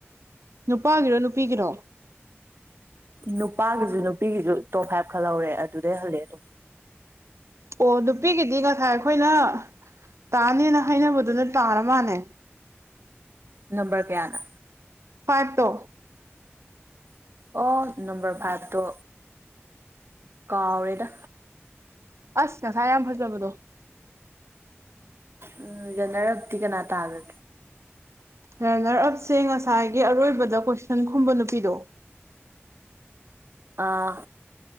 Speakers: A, on the right; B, on the right.
A: ꯅꯨꯄꯥꯒꯤꯔꯣ ꯅꯨꯄꯤꯒꯤꯔꯣ
B: ꯅꯨꯄꯥꯒꯤꯁꯨ ꯅꯨꯄꯤꯒꯤꯁꯨ ꯇꯣꯞ ꯐꯥꯏꯚ ꯈꯜꯍꯧꯔꯦ ꯑꯗꯨꯗꯩ ꯍꯜꯂꯦ ꯑꯗꯨꯝ
A: ꯑꯣ ꯅꯨꯄꯤꯒꯤꯗꯤ ꯉꯁꯥꯏ ꯑꯩꯈꯣꯏꯅ ꯇꯥꯅꯦꯅ ꯍꯥꯏꯅꯕꯗꯨꯅ ꯇꯥꯔ ꯃꯥꯜꯅꯦ
B: ꯅꯝꯕꯔ ꯀꯌꯥꯅ
A: ꯐꯥꯏꯚꯇꯣ
B: ꯑꯣ ꯅꯝꯕꯔ ꯐꯥꯏꯚ ꯇꯣ ꯀꯥꯎꯔꯦꯗ
A: ꯑꯁ ꯉꯁꯥ ꯌꯥꯝ ꯐꯖꯕꯗꯣ
B: ꯎꯝ ꯅꯔꯛꯇꯤ ꯀꯅꯥ ꯇꯥꯒꯦ
A: ꯔꯟꯅꯔ ꯑꯞꯁꯦ ꯉꯁꯥꯏꯒꯤ ꯑꯔꯣꯏꯕꯗ ꯀꯣꯏꯁꯟ ꯈꯨꯝꯕ ꯅꯨꯄꯤꯗꯣ
B: ꯑꯥ